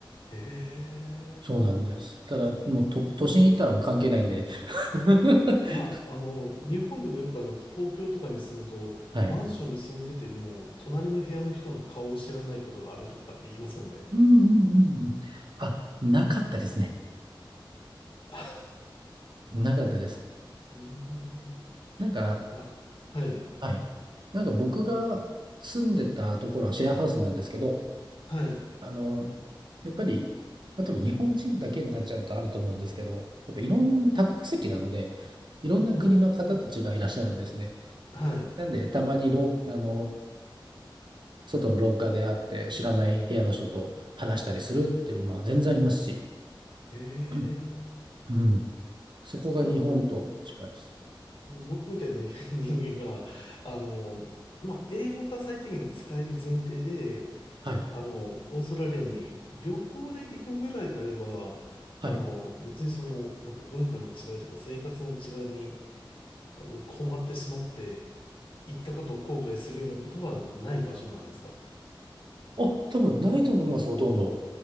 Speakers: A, on the left; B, on the right.
A: へえ。
B: そうなんです。ただ、もうと、都心行ったらもう関係ないんで。<laughs>
A: まあ、あの、日本でもよくあの、東京とかに住むと、
B: はい。
A: マンションに住んでても、隣の部屋の人の顔を知らないことがあるとかって言いますもんね。
B: うんうんうんうん。あ、なかったですね。
A: <laughs>
B: なかったです。
A: うーん。
B: なんか、
A: <laughs> いや、はい。
B: はい。なんか僕が住んでたところはシェアハウスなんですけど、
A: はい。
B: あの、やっぱり、まあ、多分日本人だけになっちゃうとあると思うんですけど、やっぱいろんな多国籍なので、いろんな国の方たちがいらっしゃるんですね。
A: うーん。はい。
B: なんで、たまにろう、あの、外の廊下で会って知らない部屋の人と話したりするっていうのも全然ありますし、
A: ええ。
B: うんうんそこが日本と近いです。
A: じゃあ、あの、僕みたいな <laughs> 人間が、あの、まあ、英語が最低限使える前提で、
B: はい。
A: あの、オーストラリアに旅行で行くぐらいであれば、
B: はい。
A: あの、別にその、なんか文化の違いとか生活の違いにうん困ってしまって、行ったことを後悔するようなことはない場所なんですか
B: あ、多分ないと思います、ほとんど。